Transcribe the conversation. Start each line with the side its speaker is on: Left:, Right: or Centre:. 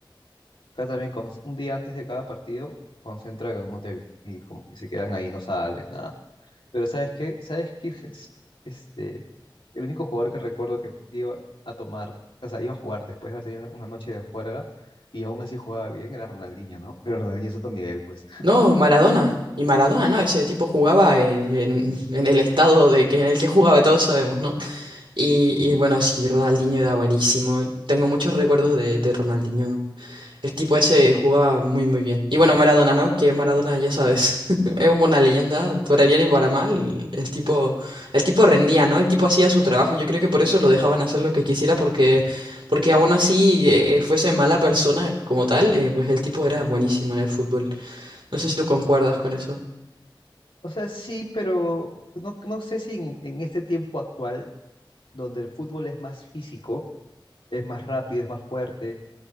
Left: Acá también, con, un día antes de cada partido, concentran en un hotel y, como, y se quedan ahí, no salen, nada. Pero ¿sabes qué? ¿Sabes qué? <laughs> Este, el único jugador que recuerdo que iba a tomar, o sea, iba a jugar después de haber tenido una noche de juerga y aún así jugaba bien, era Ronaldinho, ¿no? Pero Ronaldinho es otro nivel, pues.
Right: No, Maradona. Y Maradona, ¿no? Ese tipo jugaba en, en- en el estado de que, en el que jugaba, todos sabemos, ¿no? Y, y bueno, sí, Ronaldinho era buenísimo. Tengo muchos recuerdos de, de Ronaldinho. El tipo ese jugaba muy muy bien. Y bueno, Maradona, ¿no? Que Maradona, ya sabes, <laughs> es una leyenda, para bien y para mal. El tipo, el tipo rendía, ¿no? El tipo hacía su trabajo. Yo creo que por eso lo dejaban hacer lo que quisiera, porque, porque aún así eh, eh, fuese mala persona como tal, eh, pues el tipo era buenísimo en el fútbol. No sé si tú concuerdas con eso.
Left: O sea, sí, pero no, no sé si en, en este tiempo actual, donde el fútbol es más físico, es más rápido, es más fuerte,